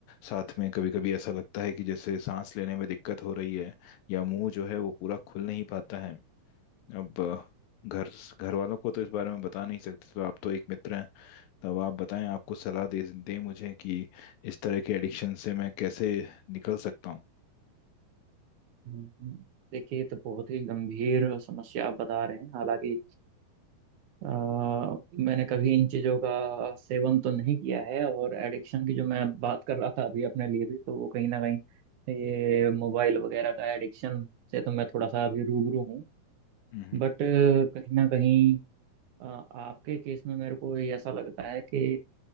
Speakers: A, on the left; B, on the right.
A: साथ में कभी कभी ऐसा लगता है कि जैसे सांस लेने में दिक्कत हो रही है या मुंह जो है वो पूरा खुल नहीं पाता है अब अ, घर घर वालों को तो इस बारे में बता नहीं सकते तो आप तो एक मित्र हैं तो अब आप बताएं आपको सलाह दे दें मुझे कि इस तरह के एडिक्शन से मैं कैसे निकल सकता हूँ
B: हम्म, हम्म। देखिए ये तो बहुत ही गंभीर समस्या आप बता रहे हैं हालांकि अ, मैंने कभी इन चीज़ों का सेवन तो नहीं किया है और एडिक्शन की जो मैं बात कर रहा था अभी अपने लिए भी तो वो कहीं ना कहीं ये मोबाइल वगैरह का एडिक्शन से तो मैं थोड़ा सा अभी रूबरू हूँ
A: हम्म
B: बट कहीं ना कहीं अ, आपके केस में मेरे को ये ऐसा लगता है कि